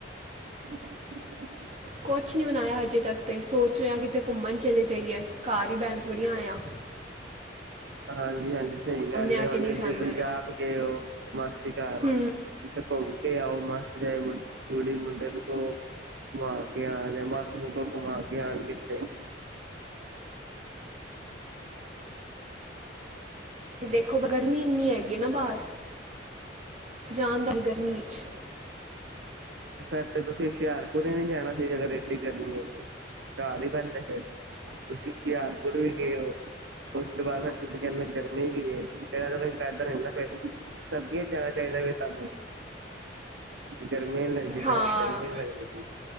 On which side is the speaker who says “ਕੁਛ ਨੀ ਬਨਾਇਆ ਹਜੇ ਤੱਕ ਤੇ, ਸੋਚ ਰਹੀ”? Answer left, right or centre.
Right